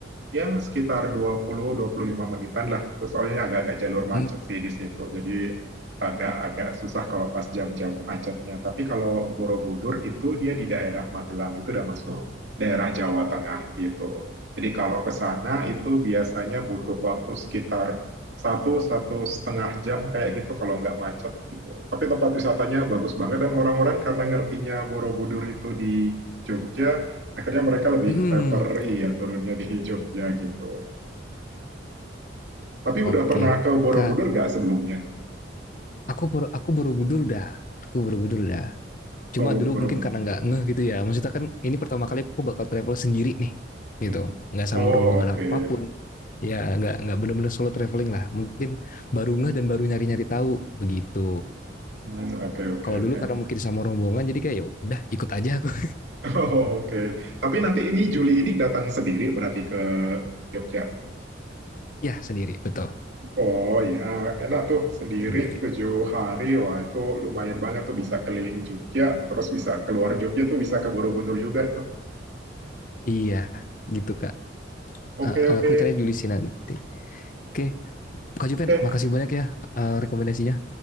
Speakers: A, on the right; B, on the left.
A: Ya sekitar dua dua puluh sampai dua puluh lima menitan lah. Terus soalnya agak-agak jalur macet
B: Mm-mm.
A: sih di situ. Jadi agak-agak susah kalau pas jam-jam macetnya. Tapi kalau Borobudur itu dia di daerah Magelang itu udah masuk daerah Jawa Tengah gitu. Jadi kalau ke sana itu biasanya butuh waktu sekitar satu satu setengah jam kayak gitu kalau nggak macet gitu. Tapi tempat wisatanya bagus banget dan orang-orang karena ngertinya Borobudur itu di Jogja, akhirnya mereka lebih
B: Mm. Mm-mm.
A: prefer iya turunnya di Jogja gitu. Tapi
B: Oke,
A: udah pernah ke Borobudur
B: kak.
A: nggak sebelumnya?
B: Aku Bor- aku Borobudur udah. Aku Borobudur udah. Cuma
A: Oh,
B: dulu
A: belum.
B: mungkin karena nggak ngeh gitu ya. Maksudnya kan ini pertama kali aku bakal travel sendiri nih gitu.
A: Mm-mm.
B: Nggak sama
A: Oh,
B: rombongan
A: oke.
B: apapun. Ya nggak nggak benar-benar solo traveling lah. Mungkin baru ngeh dan baru nyari-nyari tahu begitu.
A: Hmm, Oke, oke,
B: Kalau dulu
A: oke.
B: karena
A: <laughs>
B: mungkin sama rombongan jadi kayak ya udah ikut aja aku. <laughs>
A: Oh, oke. Tapi nanti ini Juli ini datang sendiri berarti ke Jogja.
B: Ya sendiri betul
A: Oh ya, enak tuh sendiri
B: sendiri.
A: tujuh hari. Wah, itu lumayan banget tuh bisa keliling Jogja, terus bisa keluar Jogja tuh bisa ke Borobudur juga tuh.
B: Iya gitu kak.
A: Oke,
B: Eh,
A: oke.
B: aku caranya Julisi nanti. Oke, Kak Juven,
A: Oke.
B: makasih banyak ya eh, rekomendasinya.